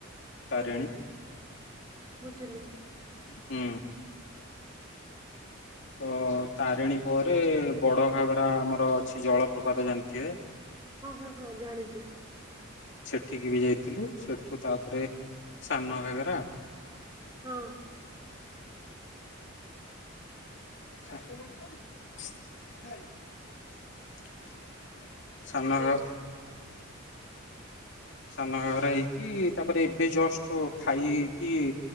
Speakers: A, on the left; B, on the right.
A: ତାରିଣୀ।
B: ଆଜ୍ଞା ବୁଝିଲି।
A: ହୁଁ। ତ ତାରିଣୀ ପରେ ବଡ ଘାଗରା ଆମର ଅଛି ଜଳପ୍ରପାତ ଜାଣିଥିବେ।
B: ହଁ ହଁ ହଁ ଜାଣିଛୁ।
A: ଉଠିକି ବି ଯାଇଥିଲୁ ସେଠୁ ତାପରେ ସାନ ଘାଗରା
B: ହଁ।
A: <unintelligible> ସାନ ଘାଗ ସାନ ଘଗରା ହେଇକି ତାପରେ ଏବେ ଜଷ୍ଟ ଖାଇ କି